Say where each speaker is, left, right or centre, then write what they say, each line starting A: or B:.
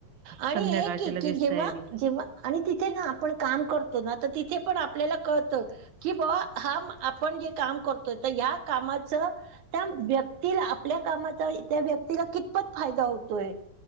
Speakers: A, on the right (about 55°); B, on the right (about 80°).
A: आणि
B: संध्याकाळची
A: एक
B: लगेच
A: की जेव्हा
B: तयारी
A: जेव्हा आणि तिथे ना आपण काम करतो ना तर तिथे पण आपल्याला कळतं कि बुवा हा आपण जे काम करतोय त ह्या कामाचं त्या व्यक्तीला आपल्या कामाचा त्या व्यक्तीला कितपत फायदा होतोय?